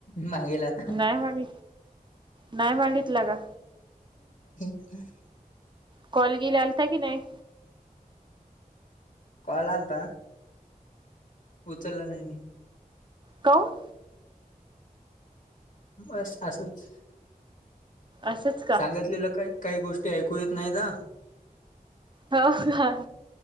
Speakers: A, on the left; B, on the right.
A: मागेलात.
B: नाही माग नाही मागितलं का?
A: <unintelligible>
B: कॉल गीला आलता की नाही?
A: कॉल आलता. उचलला नाही मी.
B: का हो.
A: बस असच.
B: असंच का
A: सांगितलेलं काय काही गोष्टी ऐकू येत नाहीत ह.
B: हो.